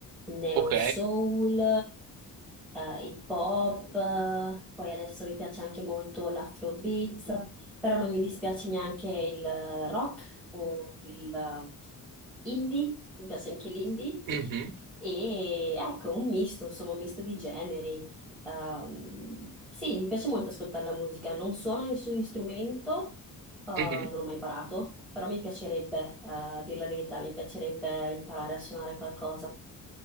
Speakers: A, in the centre; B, on the right.
A: neo
B: Ok.
A: soul, eh, il pop, eh, poi adesso mi piace anche molto l'afrobeat, però non mi dispiace neanche il rock o il eh, indie, mi piace anche l'indie.
B: Mhm,
A: E ecco, un misto, insomma, un misto di generi. Ehm, sì, mi piace molto ascoltare la musica. Non suono nessun strumento, eh, non
B: mhm.
A: l'ho mai imparato, però mi piacerebbe, eh, a dir la verità, mi piacerebbe imparare a suonare qualcosa.